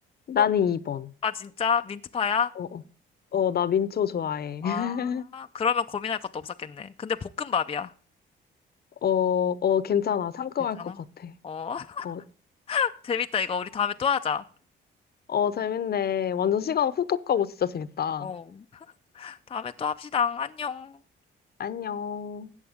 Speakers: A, on the left; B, on the left.
A: 나는
B: 어?
A: 2번.
B: 아, 진짜? 민트파야?
A: 어, 어, 어, 나 민초 좋아해.
B: 아,
A: <laughs>
B: 그러면 고민할 것도 없었겠네. 근데 볶음밥이야.
A: 어, 어, 괜찮아. 상큼할
B: 괜찮아?
A: 것 같아.
B: 어, <laughs>
A: 어,
B: 재밌다. 이거 우리 다음에 또 하자.
A: 어, 재밌네. 완전 시간 훅훅 가고 진짜 재밌다.
B: 어. 다음에 또 합시다. 안녕.
A: 안녕.